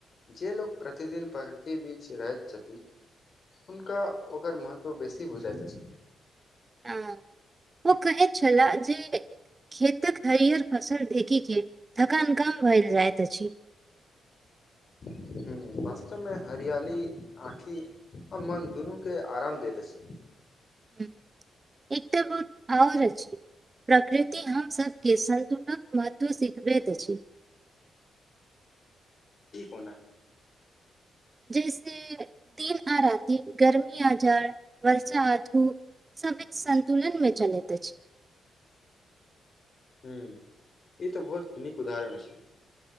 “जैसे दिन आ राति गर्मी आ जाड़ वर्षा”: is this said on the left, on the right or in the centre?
Right